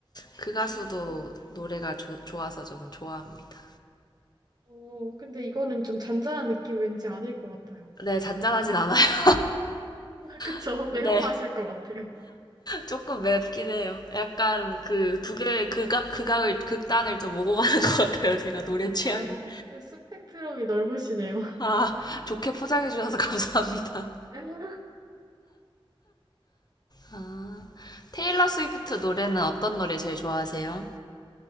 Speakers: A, on the left; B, on the right.
A: 그 가수도
B: 음,
A: 노래가 조- 좋아서 저는 좋아합니다.
B: 어, 근데 이거는 좀 잔잔한 느낌 왠지 아닐 것 같아요.
A: 네, 잔잔하진 않아요.
B: <laughs> 그쵸?
A: <laughs>
B: 매운맛일
A: 네.
B: 것 같아요.
A: 조금 맵긴 해요. 약간 그 두 개의 극악, 극악을, 극단을 좀 오고 가는 것 같아요. 제가 노래 취향이.
B: 아, 스펙트럼이 넓으시네요.
A: 아, 좋게 포장해 주셔서 <laughs> 감사합니다.
B: <laughs>
A: 아, 테일러 스위프트
B: 음.
A: 노래는 어떤 노래 제일 좋아하세요?